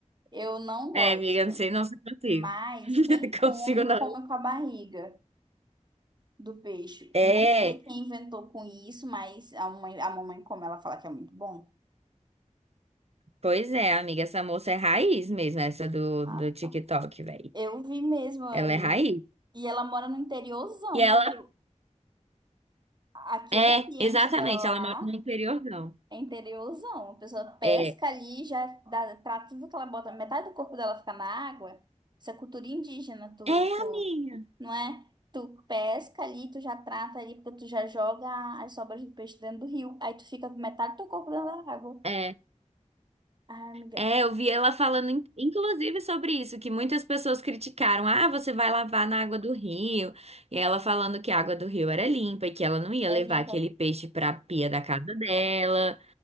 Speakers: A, on the right; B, on the right.
A: Eu não gosto.
B: É, amiga, não sei não se consigo.
A: Mas
B: <laughs>
A: quem come,
B: Consigo não.
A: come com a barriga do peixe.
B: É,
A: Não sei quem inventou com isso, mas a mãe, a mamãe, como ela fala que é muito bom.
B: pois é, amiga, essa moça é raiz mesmo, essa do,
A: Ah,
B: do TikTok, velho.
A: eu vi mesmo aí.
B: Ela é raiz.
A: E ela mora no interiorzão,
B: E ela
A: porque aquele
B: é,
A: ambiente
B: exatamente,
A: dela lá.
B: ela mora no interior, não.
A: É interiorzão. A pessoa pesca
B: É,
A: ali, já dá pra tudo que ela bota, metade do corpo dela fica na água. Isso é cultura indígena, tu,
B: é
A: tu,
B: a minha.
A: não é? Tu pesca ali, tu já trata ali, porque tu já joga as sobras do peixe dentro do rio. Aí tu fica com metade do teu corpo dentro da água.
B: É.
A: Ai, amiga,
B: É, eu vi ela falando, in- inclusive, sobre isso, que muitas pessoas criticaram. Ah, você vai lavar na água do rio. E ela falando que a água do rio era limpa e que ela não ia
A: é
B: levar
A: limpa.
B: aquele peixe pra pia da casa dela